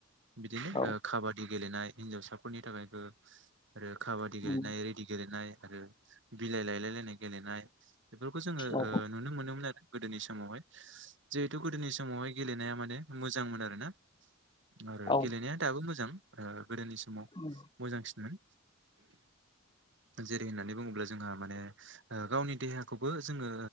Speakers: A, on the right; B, on the left.
A: बिदिनो
B: औ
A: ओ काबादि गेलेनाय हिनजावसाफोरनि थाखायबो आरो काबादि
B: उम
A: गेलेनाय, रेडि गेलेनाय, आरो बिलाइ लायलाय लायनाय गेलेनाय बेफोरखौ जोङो
B: औ
A: ओ नुनो मोनोमोन आरो गोदोनि समावहाय। जिहेतु गोदोनि समावहाय गेलेनाया माने मोज जांमोन आरो ना आरो
B: औ
A: गेलेनाया दाबो मोजां ओ गोदोनि स माव
B: उम
A: मोजांसिनमोन। जेरै होननानै बुङोब्ला जोंहा माने ओ गावनि देहा खौबो जोङो